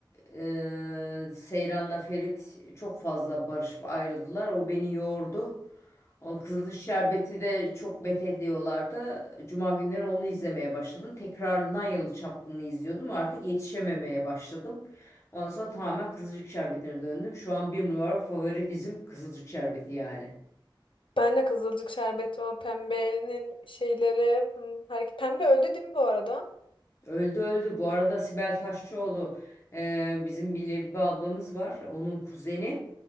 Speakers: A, on the left; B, on the left.
A: e, Seyran'la Ferit çok fazla barışıp ayrıldılar. O beni yordu. O Kızılış Şerbeti de çok met ediyorlardı. Cuma günleri onu izlemeye başladım. Tekrarından Yalı Çapkını'nı izliyordum. Artık yetişememeye başladım. Ondan sonra tamamen Kızılcık Şerbeti'ne döndüm. Şu an bir numara favori dizim Kızılcık Şerbeti yani.
B: Ben de Kızılcık Şerbeti o pembenin şeyleri. Hmm, her- Pembe öldü değil mi bu arada?
A: Öldü öldü. Bu arada Sibel Taşçıoğlu e, bizim bir Lebibe ablamız var. Onun kuzeni.